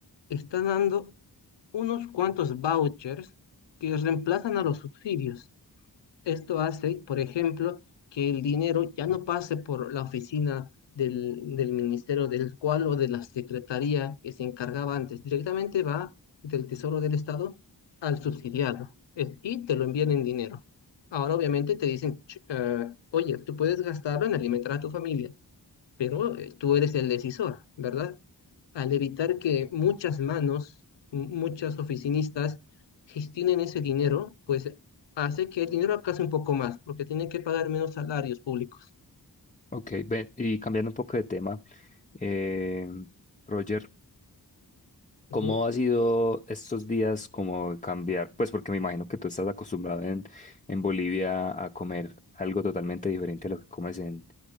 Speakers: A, on the left (about 85°); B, on the left (about 20°).
A: está dando unos cuantos vouchers que reemplazan a los subsidios. Esto hace, por ejemplo, que el dinero ya no pase por la oficina del, del ministerio del cual o de la secretaría que se encargaba antes. Directamente va del Tesoro del Estado al subsidiado eh, y te lo envían en dinero. Ahora, obviamente, te dicen, "Ch- eh, oye, tú puedes gastarlo en alimentar a tu familia, pero eh, tú eres el decisor, ¿verdad? al evitar que muchas manos, m- muchas oficinistas gestionen ese dinero, pues hace que el dinero alcance un poco más, porque tiene que pagar menos salarios públicos.
B: ok, ve- y cambiando un poco de tema, eh, Roger,
A: Ujú.
B: ¿Cómo ha sido estos días como cambiar? Pues porque me imagino que tú estás acostumbrado en, en Bolivia a comer algo totalmente diferente a lo que comes en,